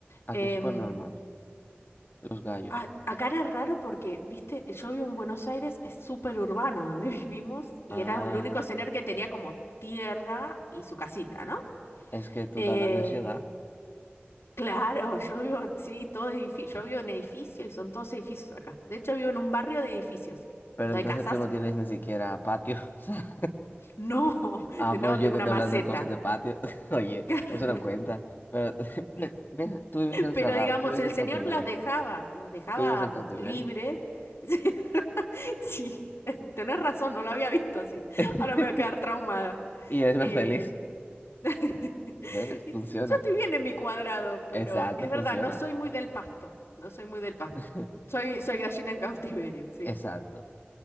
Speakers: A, on the left (about 50°); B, on the left (about 85°).
A: Aquí
B: Em,
A: es súper normal. Los gallos.
B: A- acá era raro porque, viste, yo vivo en Buenos Aires, es súper urbano donde <laughs> vivimos y
A: Ah,
B: era el único señor que tenía como tierra y su casita, ¿no?
A: es que tú
B: Eh,
A: estás hablando de ciudad,
B: claro, <laughs> yo vivo, sí, todo edificio, yo vivo en edificio y son todos edificios acá. De hecho, vivo en un barrio de edificios.
A: pero
B: ¿No
A: entonces
B: hay casas?
A: tú no tienes ni siquiera patio. <laughs> o sea,
B: No, <laughs>
A: ah, pues
B: no,
A: yo
B: tengo
A: te
B: una
A: estoy
B: maceta.
A: hablando de cosas de patio. <laughs> Oye,
B: <laughs>
A: eso no cuenta. Pero <laughs> mira, mira, tú vives encerrado,
B: Pero digamos,
A: tú vives
B: el
A: en
B: señor
A: cautiverio,
B: las dejaba, los dejaba
A: tú vives en
B: mm,
A: cautiverio.
B: libres. <laughs> Sí, <laughs> tenés razón, no lo había visto así.
A: <laughs>
B: Ahora me voy a quedar traumada.
A: Y eres más
B: Eh,
A: feliz.
B: <laughs>
A: ¿Ves?
B: y
A: Funciona.
B: t- Yo estoy bien en mi cuadrado, pero
A: Exacto,
B: es
A: funciona.
B: verdad, no soy muy del pasto. No soy muy del pasto.
A: <laughs>
B: Soy, soy gallina en cautiverio, sí.
A: Exacto.